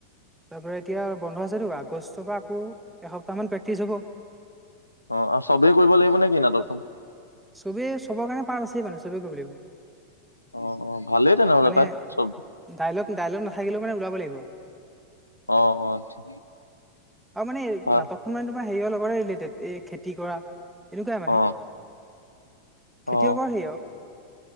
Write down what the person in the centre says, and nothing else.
তাপা এতিয়া বন্ধ আছেতো আগষ্টৰ পৰা আকৌ এসপ্তাহ মান প্ৰেক্টিচ হ'ব।
চবেই চবৰ কাৰণে পাৰট আছেই মানে চবেই কৰিব লাগিব।
মানে
ডাইলগ ডাইলগ নাথাকিলেও মানে ওলাব লাগিব
আৰু মানে
নাটকখন মানে তোমাৰ হেৰিয়ৰ লগৰে ৰিলেটেড এ খেতি কৰা এনেকুৱাই মানে।
খেতিয়কৰ
হেৰী অ